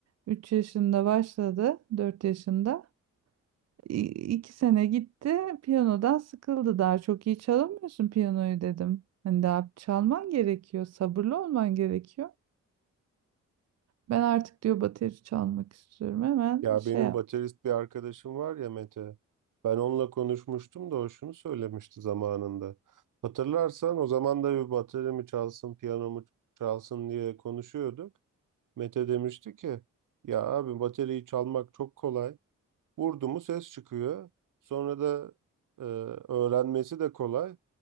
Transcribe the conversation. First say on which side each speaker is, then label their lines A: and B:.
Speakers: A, on the right; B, on the right.
A: 3 yaşında başladı. dört yaşında. İ- iki sene gitti. Piyanodan sıkıldı. Daha çok iyi çalamıyorsun piyanoyu dedim. Hani daha çalman gerekiyor. Sabırlı olman gerekiyor. Ben artık diyor bateri çalmak istiyorum. Hemen
B: Ya
A: şey
B: benim
A: yap.
B: baterist bir arkadaşım var ya Mete. Ben onunla konuşmuştum da o şunu söylemişti zamanında. Hatırlarsan o zaman da bir bateri mi çalsın, piyano mu çalsın diye konuşuyorduk. Mete demişti ki ya abi bateriyi çalmak çok kolay. Vurdu mu ses çıkıyor. Sonra da e, öğrenmesi de kolay.